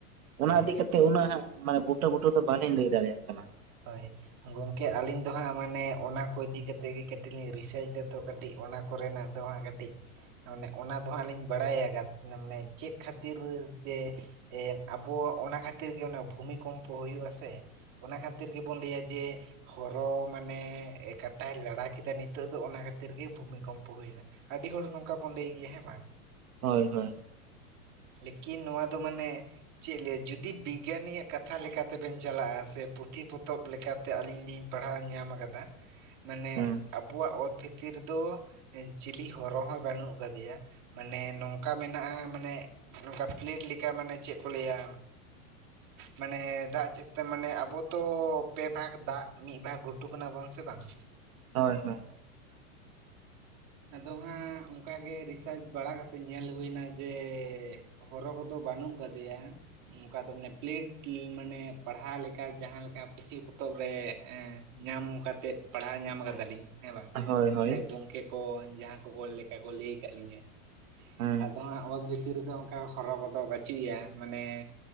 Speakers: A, on the right (about 75°); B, on the right (about 40°).
A: ᱚᱱᱟ
B: ᱦᱳᱭ
A: ᱤᱫᱤ ᱠᱟᱛᱮ ᱩᱱᱟᱹᱜ ᱦᱟᱸᱜ ᱢᱟᱱᱮ ᱵᱩᱴᱟᱹ ᱵᱩᱴᱟᱹ ᱫᱚ ᱵᱟᱞᱤᱧ ᱞᱟᱹᱭ ᱫᱟᱲᱮᱭᱟᱜ ᱠᱟᱱᱟ
B: ᱦᱳᱭ ᱜᱚᱢᱠᱮ ᱟᱹᱞᱤᱧ ᱫᱚ ᱦᱟᱸᱜ ᱢᱟᱱᱮ ᱚᱱᱟ ᱠᱚ ᱤᱫᱤ ᱠᱟᱛᱮᱫ ᱜᱮ ᱠᱟᱹᱴᱤᱡ ᱞᱤᱧ ᱨᱤᱥᱟᱨᱪ ᱫᱟ ᱛᱚ ᱠᱟᱹᱴᱤᱡ ᱚᱱᱟ ᱠᱚᱨᱮᱱᱟᱜ ᱫᱚ ᱦᱟᱸᱜ ᱠᱟᱹᱴᱤᱡ ᱢᱟᱱᱮ ᱚᱱᱟ ᱫᱚ ᱦᱟᱸᱜ ᱞᱤᱧ ᱵᱟᱲᱟᱭ ᱟᱠᱟᱫ ᱢᱟᱱᱮ ᱪᱮᱫ ᱠᱷᱟᱹᱛᱤᱨ ᱡᱮ ᱮᱫ ᱟᱵᱚ ᱚᱱᱟ ᱠᱷᱟᱹᱛᱤᱨ ᱜᱮ ᱚᱱᱟ ᱵᱷᱩᱢᱤ ᱠᱚᱢᱯᱚ ᱦᱩᱭᱩᱜ ᱟ ᱥᱮ ᱚᱱᱟ ᱠᱷᱟ ᱛᱤᱨ ᱜᱮ ᱵᱚᱱ ᱞᱟᱹᱭᱟ ᱡᱮ ᱦᱚᱨᱚ ᱢᱟᱱᱮ ᱠᱟᱴᱟᱭ ᱞᱟᱲᱟ ᱠᱮᱫᱟ ᱱᱤᱛᱚᱜ ᱫᱚ ᱚᱱᱟ ᱠᱷᱟᱹᱛᱤᱨ ᱜᱮ ᱵᱷᱩᱢᱤ ᱠᱚᱢᱯᱚ ᱦᱩᱭᱱᱟ ᱟᱹᱰᱤ ᱦᱚᱲ ᱱᱚᱝᱠᱟ ᱵᱚᱱ ᱞᱟᱹᱭ ᱜᱮᱭᱟ ᱦᱮᱸ ᱵᱟᱝ
A: ᱦᱳᱭ ᱦᱳᱭ
B: ᱞᱮᱠᱤᱱ ᱱᱚᱣᱟ ᱫᱚ ᱢᱟᱱᱮ ᱪᱮᱤᱧ ᱟᱹᱭᱟ ᱡᱩᱫᱤ ᱵᱤᱜᱽᱜᱟᱱᱤ ᱭᱟᱜ ᱠᱟᱛᱷᱟ ᱞᱮᱠᱟᱛᱮ ᱵᱮᱱ ᱪᱟᱞᱟᱜᱼᱟ ᱥᱮ ᱯᱩᱛᱷᱤ ᱯᱚᱛᱚᱵ ᱞᱮᱠᱟᱛᱮ ᱟᱞᱤᱧ ᱞᱤᱧ ᱯᱟᱲᱦᱟᱣ ᱧᱟᱢ ᱟᱠᱟᱫᱟ ᱢᱟᱱᱮ
A: ᱦᱮᱸ
B: ᱟᱵᱚᱣᱟᱜ ᱚᱛ ᱵᱷᱤᱛ ᱛᱤᱨ ᱫᱚ ᱪᱤᱞᱤ ᱦᱚᱨᱚ ᱦᱚᱸ ᱵᱟᱹᱱᱩᱜ ᱟᱠᱟᱫᱮᱭᱟ ᱢᱟᱱᱮ ᱱᱚᱝᱠᱟ ᱢᱮᱱᱟᱜᱼᱟ ᱢᱟᱱᱮ ᱱᱚᱝᱠᱟ ᱯᱞᱮᱴ ᱞᱮᱠᱟ ᱢᱟᱱᱮ ᱪᱮᱫ ᱠᱚ ᱞᱟᱹᱭᱟ ᱢᱟᱱᱮ ᱫᱟᱜ ᱪᱮᱫ ᱛᱮ ᱢᱟᱱᱮ ᱟᱵᱚ ᱛᱟ ᱯᱮ ᱵᱷᱟᱜᱽ ᱫᱟᱜ ᱢᱤᱫ ᱵᱷᱟᱜᱽ ᱜᱷᱩᱴᱩ ᱠᱟᱱᱟ ᱵᱚᱱ ᱥᱮ ᱵᱟᱝ
A: ᱦᱳᱭ ᱦᱳᱭ
B: ᱟᱫᱚ ᱦᱟᱸᱜ ᱚᱝᱠᱟᱜᱮ ᱨᱤᱥᱟᱨᱪ ᱵᱟᱲᱟ ᱠᱟᱛᱮᱫ ᱧᱮᱞ ᱦᱩᱭᱱᱟ ᱡᱮ ᱦᱚᱨᱚ ᱠᱚᱫᱚ ᱵᱟᱹᱱᱩᱜ ᱠᱟᱫᱮᱭᱟ ᱚᱝᱠᱟ ᱫᱚ ᱢᱟᱱᱮ ᱯᱞᱮᱴ ᱢᱟᱱᱮ ᱯᱟᱲᱦᱟᱣ ᱞᱮᱠᱟ ᱡᱟᱦᱟᱸ ᱮᱞᱠᱟ ᱯᱩᱛᱷᱤ ᱯᱚᱛᱚᱵ ᱨᱮ ᱧᱟᱢ ᱠᱟᱛᱮᱫ ᱯᱟᱲᱦᱟᱣ ᱧᱟᱢ ᱟᱠᱟᱫᱟᱞᱤᱧ ᱦᱮᱸ ᱵᱟᱝ
A: ᱦᱳᱭ ᱦᱳᱭ
B: ᱥᱮ ᱜᱚᱝᱠᱮ ᱠᱚ ᱡᱟᱦᱟᱸ ᱠᱚ ᱞᱮᱠᱟ ᱠᱚ ᱞᱟᱹᱭ ᱠᱟᱜ ᱞᱤᱧᱟᱹ
A: ᱦᱮᱸ
B: ᱱᱚᱣᱟ ᱚᱛ ᱵᱷᱤᱛᱤᱨ ᱨᱮᱫᱚ ᱚᱝᱠᱟ ᱦᱚᱨᱚ ᱠᱚᱫᱚ ᱵᱟᱹᱪᱩᱜ ᱭᱟ ᱢᱟᱱᱮ